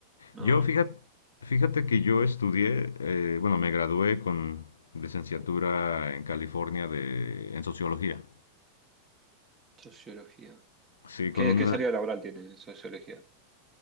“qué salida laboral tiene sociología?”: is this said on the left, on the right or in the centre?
Right